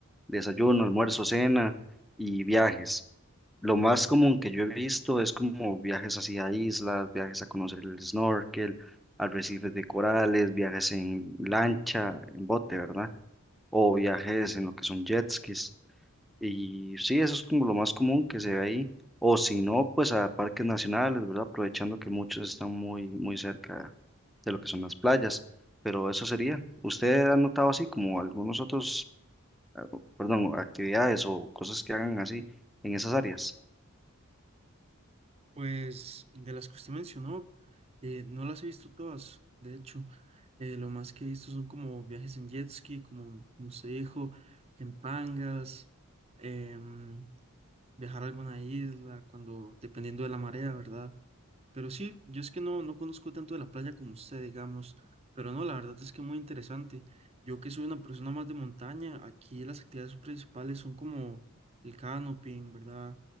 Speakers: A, in the centre; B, on the right (about 25°).
A: desayuno, almuerzo, cena y viajes. Lo más común que yo he visto es como viajes hacia islas, viajes a conocer el snorkel, arrecifes de corales, viajes en lancha, en bote, ¿verdad? O viajes en lo que son jet skis. Y sí, eso es como lo más común que se ve ahí. O si no, pues a parques nacionales, ¿verdad? Aprovechando que muchos están muy, muy cerca de lo que son las playas. Pero eso sería. ¿Usted ha notado así como algunos otros, ah, perdón, actividades o cosas que hagan así en esas áreas?
B: Pues de las que usted mencionó, eh, no las he visto todas, de hecho, eh, lo más que he visto son como viajes en jet ski, como, como usted dijo, en pangas, em, viajar a alguna isla, cuando, dependiendo de la marea, ¿verdad? Pero sí, yo es que no, no conozco tanto de la playa como usted, digamos, pero no, la verdad es que muy interesante. Yo que soy una persona más de montaña, aquí las actividades principales son como el canoping, ¿verdad?